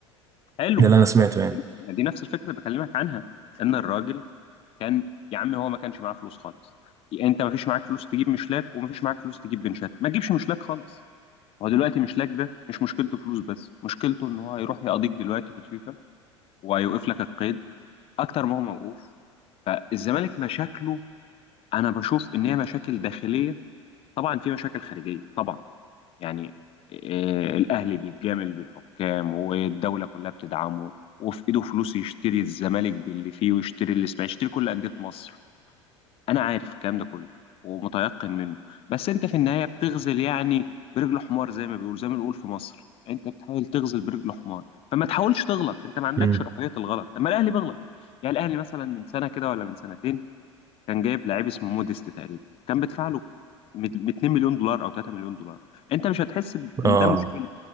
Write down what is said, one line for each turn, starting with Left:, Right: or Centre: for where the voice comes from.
Left: حلو
Right: ده اللي انا
Left: ما
Right: سمعته
Left: كان-
Right: يعني
Left: ما دي نفس الفكره اللي بكلمك عنها ان الراجل كان يا عم هو ما كانش معاه فلوس خالص انت مفيش معاك فلوس تجيب مشلاك ومفيش معاك فلوس تجيب بنشات ما تجيبش مشلاك خالص هو دلوقتي مشلاك ده مش مشكلته فلوس بس مشكلته ان هو هيروح يقضيك دلوقتي في الفيفا وهيوقف لك القيد اكتر ما هو موقوف فالزمالك مشاكله انا بشوف ان هي مشاكل داخليه طبعا في مشاكل خارجيه طبعا يعني آه، الأهلي بيتجامل بالحكام والدولة كلها بتدعمه وفي إيده فلوس يشتري الزمالك باللي فيه ويشتري الإسماعيلي يشتري كل أندية مصر أنا عارف الكلام ده كله ومتيقن منه بس أنت في النهاية بتغزل يعني برجل حمار زي ما بيقول زي ما بنقول في مصر أنت بتحاول تغزل برجل حمار فما تحاولش تغلط أنت ما عندكش
Right: امم
Left: رقية الغلط طب ما الأهلي بيغلط يعني الأهلي مثلا من سنة كده ولا من سنتين كان جايب لعيب اسمه موديست تقريبا كان بدفع له ب 2 مليون دولار او 3 مليون دولار انت مش هتحس ب- ان
Right: اه
Left: ده مشكله